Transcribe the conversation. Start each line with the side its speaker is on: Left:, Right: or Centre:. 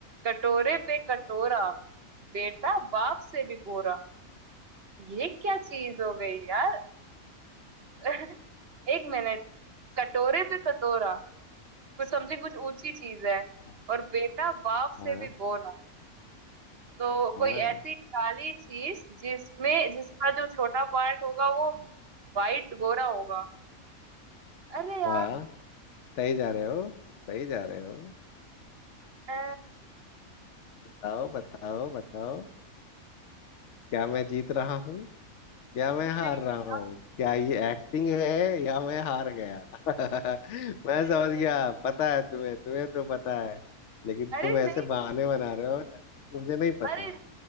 Right: कटोरे पे कटोरा बेटा बाप से भी गोरा ये क्या चीज हो गई यार <laughs> एक मिनट कटोरे पे कटोरा कुछ समथिंग कुछ ऊंची चीज है
Left: हाँ
Right: और बेटा बाप से
Left: हाँ
Right: भी गोरा तो
Left: हाँ
Right: कोई ऐसी काली चीज जिसमें जिसका जो छोटा पार्ट होगा वो वाइट गोरा होगा अरे यार
Left: हाँ, सही जा रहे हो सही जा रहे हो
Right: अ,
Left: बताओ बताओ बताओ क्या मैं जीत रहा या मैं हार
Right: नहीं
Left: रहा
Right: मेरा
Left: हूँ क्या ये एक्टिंग है या मैं हार गया <laughs> मैं
Right: नहीं
Left: समझ
Right: नहीं
Left: गया
Right: नहीं
Left: पता है तुम्हें तुम्हें तो पता है लेकिन
Right: अरे
Left: तुम ऐसे
Right: नहीं नहीं
Left: बहाने
Right: सच्ची।
Left: बना रहे हो जैसे कि मुझे नहीं पता
Right: अरे
Left: हो